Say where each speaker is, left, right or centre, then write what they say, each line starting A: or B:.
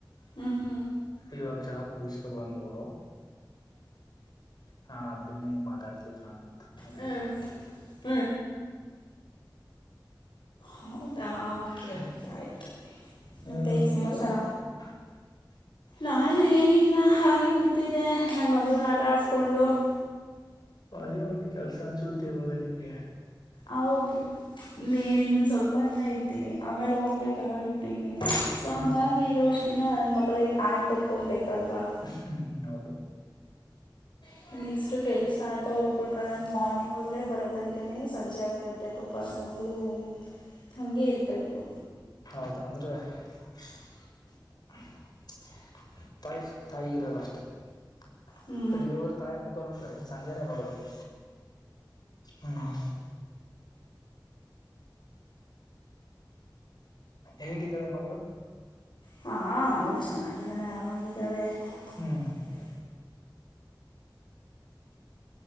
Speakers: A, on the left (about 80°); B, on the left (about 60°).
A: ಹ್ಞೂ ಹ್ಞೂ
B: ಹ ಈವಾಗ ಜಾಬ್ ಮುಗಿಸಿಕೊಂಡು ಬಂದರು. ಹಾ ಅದನ್ನೇ ಮಾತಾಡತ್ತಿದ್ದ ನಾನು ಅಂದು.
A: ಹ್ಞೂ ಹ್ಞೂ
B: <inaudible>
A: <inaudible> ಹೌದಾ. <inaudible> <inaudible> ಕೆಲಸಾ
B: ಹ್ಮ್,
A: ಆಯ್ತ
B: ನೀವೇನ್
A: ಮತ್ತೆ
B: ಮಾಡ್ತಿದ್ದೀರಾ
A: ಏನ್ ಸಮಾಚಾರ.
B: <inaudible>
A: ನಾನು ಏನಿಲ್ಲ ಹಾಗೆ ಕುತ್ತಿದ್ದೆ ನನ್ನ ಮಗಳನ್ನ ಆಟ ಆಡಿಸಕೊಂಡು. <inaudible>
B: <inaudible> ಒಳ್ಳೇ ಒಂದ್ ಕೆಲಸಾ ಅನ್ಸುತ್ತೆ ಇವಾಗ ನಿಮ್ಗೆ.
A: ಹೌದು. <inaudible> <inaudible> ಇಲ್ಲೇ ಏನ್ ಇನ್ನೊಂದು ಸ್ವಲ್ಪ ದಿನ ಇರ್ತೀನಿ ಆಮೇಲೆ ಹೋಗಬೇಕಲ್ಲ ಡ್ಯೂಟಿಗೆ. <inaudible> ಸೊ
B: ಹ್ಮ್
A: ಹಂಗ ಆಗಿ ಇರೋ ಅಷ್ಟ ದಿನಾ ನನ್ನ ಮಗಳಿಗೆ ಟೈಮ್ ಕೊಟ್ಟಕಮ ಬೇಕಲ್ವಾ. <inaudible>
B: <inaudible> ಹೌದು.
A: <inaudible> ನೆಕ್ಸ್ಟು ಕೆಲಸ ಅಂತ ಹೋಗಬಿಟ್ರೆ ನಾನ್ ಮಾರ್ನಿಂಗ್ ಹೋದ್ರೆ ಬರೋ ತನಕ್ಕನೇ ಸಂಜೆ ಆಗ <inaudible> ಪ್ರತೆೆ ಪಪ್ಪ ನನ್ನ ಮಗಳು ಹಂಗೆ ಇರಬೇಕು.
B: ಹೌದ ಅಂದರ್. <inaudible> <inaudible> ತಾಯ ತಾಯಿ ಇರಲ್ಲ ಅಸ್ಟೇ. <inaudible>
A: ಹ್ಞೂ
B: ಬೆಳ್ಳಿಗೆ ಅವರ ತಾಯಿ ಮುಖ ನೋಡಿದರೇ ಸಂಜೆನೇ ನೋಡು ಬೇಕು <inaudible> ಹ್ಮ್.
A: <inaudible>
B: ಹೇಗಿದ್ದಾಳೆ ಮಗಳು
A: ಹಾ ಅವಳು ಚೆನ್ನಾಗಿದ್ದಾಳೆ ಆರಾಮಾಗಿದ್ದಾಳೆ
B: ಹ್ಮ್
A: ಹ್ಮ